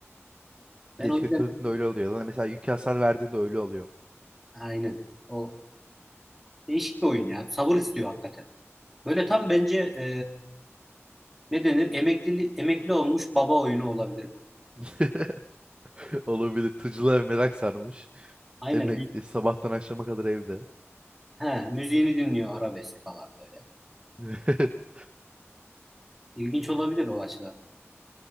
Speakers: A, in the centre; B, on the right (about 25°).
A: Ben
B: Geç
A: o yüzden
B: götürdüğünde öyle oluyor. Lan mesela yük hasar verdiğinde öyle oluyor.
A: aynen. O değişik bir oyun ya. Sabır istiyor hakikaten. Böyle tam bence e, ne denir? Emeklili, emekli olmuş baba oyunu olabilir bu.
B: <laughs> Olabilir. Tırcılığa merak sarmış.
A: Aynen.
B: Emekli.
A: Mü-
B: Sabahtan akşama kadar evde.
A: He, müziğini dinliyor arabesk falan böyle.
B: <laughs>
A: İlginç olabilir o açıdan.